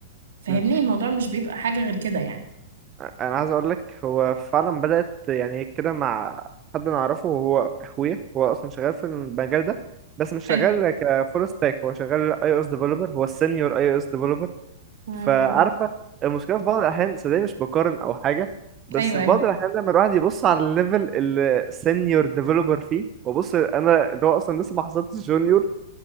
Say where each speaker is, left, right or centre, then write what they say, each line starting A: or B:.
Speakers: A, on the right; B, on the right.
A: فاهمني
B: مم.
A: الموضوع مش بيبقى حاجة غير كده يعني
B: انا عايز اقول لك هو فعلا بدات يعني كده مع حد انا اعرفه وهو اخويا هو اصلا شغال في المجال ده بس مش
A: حلو
B: شغال كفول ستاك هو شغال اي او اس ديفلوبر هو السينيور اي او اس ديفلوبر
A: امم
B: فعارفه المشكله في بعض الاحيان صدقني مش بقارن او حاجه بس
A: ايوه
B: في
A: ايوه
B: بعض الاحيان لما الواحد يبص على الليفل اللي السينيور ديفلوبر فيه وبص انا اللي هو اصلا لسه ما حصلتش جونيور